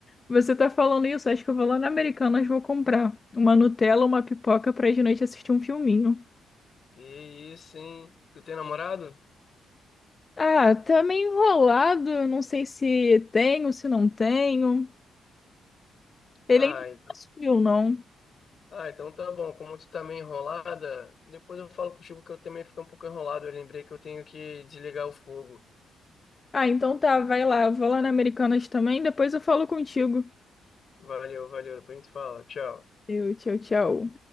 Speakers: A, on the left; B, on the left.
A: Você tá falando isso? Acho que eu vou lá na Americanas, vou comprar uma Nutella, uma pipoca pra de noite assistir um filminho.
B: Que isso, hein? Tu tem namorado?
A: Ah, tá meio enrolado. eu Não sei se tenho, se não tenho. Ele
B: Ah,
A: ainda não
B: então,
A: subiu, não.
B: ah, então tá bom. Como tu tá meio enrolada, depois eu falo contigo que eu também fico um pouco enrolado. Eu lembrei que eu tenho que desligar o fogo.
A: Ah, então tá, vai lá. Eu vou lá na Americanas também, depois eu falo contigo.
B: Valeu, valeu. Depois a gente fala. Tchau.
A: Eu, tchau, tchau.